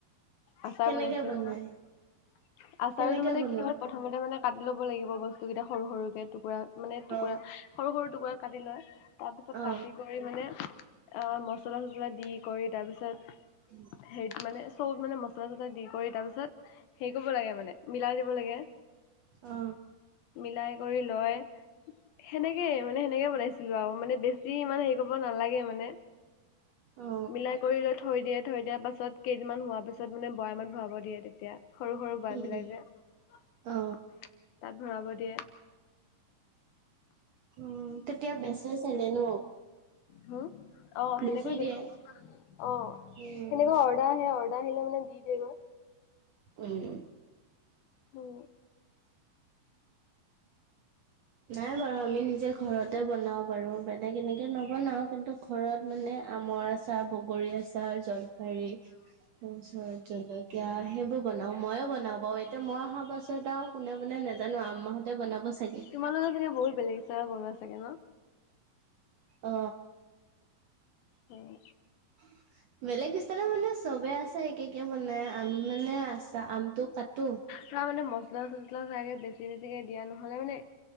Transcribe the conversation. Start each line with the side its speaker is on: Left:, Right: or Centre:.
Left: আচাৰ
Right: কেনেকে
Left: বনাইছিলো
Right: বনাই
Left: নহয় আচাৰতো
Right: কেনেকে
Left: মানে
Right: বনোৱা
Left: কি হ'ল প্ৰ প্ৰথমতে মানে কাটি ল'ব লাগিব বস্তু গিটা সৰু সৰুকে টুকুৰা মানে টুকুৰা
Right: অ
Left: সৰু সৰু টুকুৰাত কাটি লয় তাৰ পিছত
Right: অ
Left: কাটি গ কৰি মানে অ মচলা চছলা দি কৰি তাৰপিছত
Right: উম
Left: হেৰিত মানে চবত মানে মছলা চছলা দি কৰি তাৰ পিছত হেই কৰিব লাগে মানে মিলাই দিব লাগে
Right: অ
Left: মিলাই কৰি লয় সেনেকে মানে সেনেকে বনাইছিলো আৰু। মানে বেছি মানে হেৰি কৰিব নালাগে মানে
Right: অ
Left: মিলাই কৰি লৈ থৈ দিয়ে, থৈ দিয়াৰ পাছত কেইদিনমান হোৱাৰ পাছত মানে বৰামত ভৰাব দিয়ে তেতিয়া। সৰু সৰু বাট
Right: উম
Left: মিলাই যে, তাত
Right: অ
Left: ভৰাব দিয়ে।
Right: উম তেতিয়া বেচে চাগে ন?
Left: হুম! অ সেনেকৈ
Right: বেছি
Left: বেচো,
Right: দিয়ে
Left: অ
Right: উম
Left: সেনেকুৱা অ সেয়া অৰ্ডাৰ আহিলে মানে দি দিয়ে গৈ।
Right: উম।
Left: উম।
Right: নাই বাৰু আমি নিজে ঘৰতে বনাও বাৰু, বেলেগ এনেকে নবনাও কিন্তু ঘৰত মানে আমৰ আচাৰ, বগৰী আচাৰ, জলফাই
Left: <inaudible>
Right: তাৰপিছত জলকীয়া হে এইবোৰ বনাও, ময়ে বনাওঁ বাৰু এতিয়া মই অহা পাছত আৰু কোনে বনাই নাজানো আম্মাহঁতে বনাব চাগে?
Left: তোমালোকে চাগে বহুত বেলেগ আচাৰ বনোৱা চাগে ন?
Right: অ।
Left: উম।
Right: <inaudible> বেলেগ ষ্টাইলত মানে চবে আচাৰ একে - একে বনাই, আমি মানে আছা আমটো কাটো
Left: চা মানে মছলা - চচলা চাগে বেছি বেছিকে দিয়া নহলে মানে